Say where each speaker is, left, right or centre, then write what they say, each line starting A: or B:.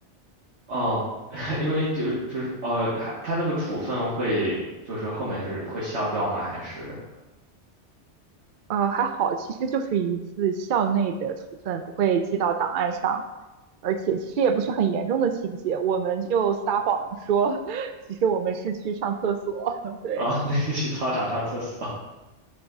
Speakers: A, on the right; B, on the right.
A: 哦，<laughs> 因为就是就是哦，还他那个处分会就是后面是会消掉吗？还是？
B: 呃，还好，其实就是一次校内的处分，不会记到档案上，而且其实也不是很严重的情节，我们就撒谎说，<laughs> 其实我们是去上厕所，<laughs> 对，
A: 哦，<laughs> 那个去操场上厕所。